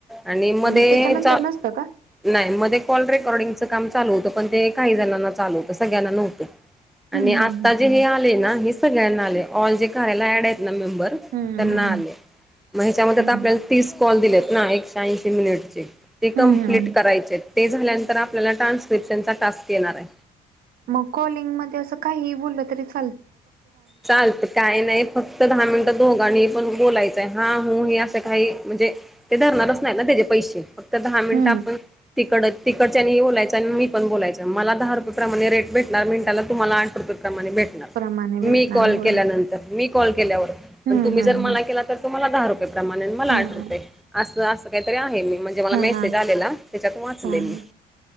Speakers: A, in the centre; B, on the right.
A: आणि मधेचा..
B: मग त्याच्यानंतर नसतं का
A: नाइ. मध्ये कॉल रेकॉर्डिंगच काम चालू होतं पण ते काही जणनना चालू होतं सगळ्यांना नव्हतं आणि
B: हम्म हम्म
A: आता जे हे आले ना हे सगळ्यांना आले ऑल जे कारयाला ऍड आहे
B: हम्म हम्म हम्म
A: <unintelligible> मग हेच्या मध्ये
B: हम्म
A: आपल्या
B: हम्म
A: तीस कॉल दिल्या ना ऐंशी मिनिटचे, ते कमप्लीट
B: हम्म हम्म
A: करायचे. ते झाल्यांतर आपल्याला ट्रान्स्क्रिप्शन चा टास्क येणार आए.
B: मग कॉलिंग मध्ये असं काहीइ बोललं तरी च
A: चालतं. काही नाई. फक्त दहा मिंटं दोघ गणी पण बोलायचंय. हा हु हे असं काही म्हणजे ते धरणारच नाही ना त्याचे पैशे. तर दहा मिंटं
B: हम्म
A: आपण तिकडं, तिकडच्यानी बोलायचं आणि मी पण बोलायंच. मला दहा रुपये प्रमाणे रेट भेटणार मिंटाला, तुमाला आठ रुपये प्रमाणे भेटणार,
B: प्रमाणे भेटणार
A: मी कॉल
B: होय
A: केल्या नंतर मी कॉल केल्यावर,
B: हम्म
A: न तुम्ही
B: हम्म
A: जर मला केला तर तुमाला दहा रुपये प्रमाने आणि मला
B: हम्म
A: आठ
B: हम्म
A: रुपये आसं आसं काहीतरी आहे मी म्हणजे मला
B: हा
A: मेसेज
B: हा
A: आलेला, त्याच्यात वाचले
B: हा
A: मी.